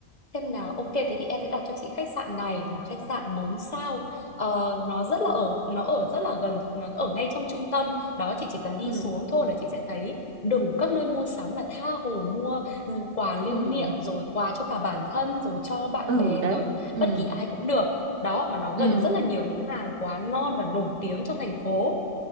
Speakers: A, on the left; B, on the right.
A: xem nào, ok thế thì em sẽ đặt cho chị khách sạn này là khách sạn 4 sao. Ờ, nó rất là ở nó ở rất là gần, nó ở ngay trong trung tâm. Đó chị chỉ cần đi
B: ừ
A: xuống thôi là chị sẽ thấy đủ các nơi mua sắm là tha hồ mua ừ, quà lưu
B: ừ
A: niệm rồi quà cho cả bản thân rồi cho bạn
B: ừ
A: bè
B: đấy
A: rồi
B: ừ
A: bất kỳ ai cũng được. Đó mà nó gần
B: ừ
A: rất là nhiều những hàng quán ngon và nổi tiếng trong thành phố